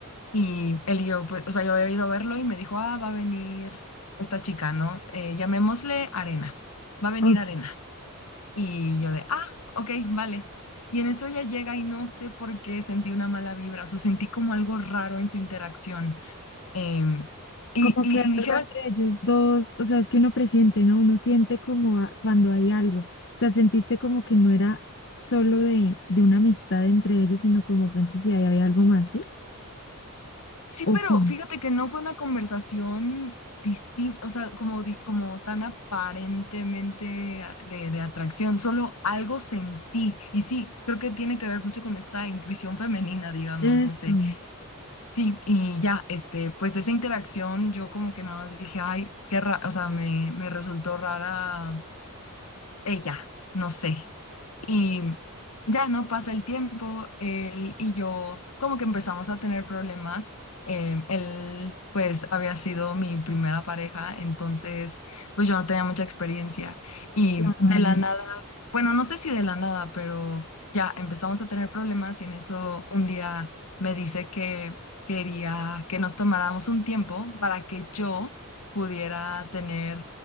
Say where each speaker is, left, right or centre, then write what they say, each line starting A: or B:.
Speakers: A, on the left; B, on the left.
A: y él y yo, pues, o sea, yo había ido a verlo y me dijo, ah, va a venir esta chica, ¿no? Eh, llamémosle Arena, va a venir
B: ok.
A: Arena. Y yo de, ah, ok, vale. Y en eso ella llega y no sé por qué sentí una mala vibra, o sea, sentí como algo raro en su interacción. Em, y,
B: Como
A: y,
B: que
A: y dijeras
B: algo entre ellos dos, o sea, es que uno presiente, ¿no? Uno siente como a- cuando hay algo, o sea, sentiste como que no era solo de, de una amistad entre ellos, sino como de pronto si ahí había algo más, ¿sí?
A: Sí,
B: O
A: pero
B: cómo?
A: fíjate que no fue una conversación distinta, o sea, como, di- como tan aparentemente a- de, de atracción, solo algo sentí. Y sí, creo que tiene que ver mucho con esta intuición femenina, digamos,
B: eso,
A: no sé. Sí, y ya, este, pues esa interacción yo como que nada más dije, ay, qué raro, o sea, me, me resultó rara ella, no sé. Y ya no pasa el tiempo, él y yo como que empezamos a tener problemas. Em, él pues había sido mi primera pareja, entonces pues yo no tenía mucha experiencia. Y
B: claro,
A: de la nada, bueno, no sé si de la nada, pero ya empezamos a tener problemas y en eso un día me dice que quería que nos tomáramos un tiempo para que yo pudiera tener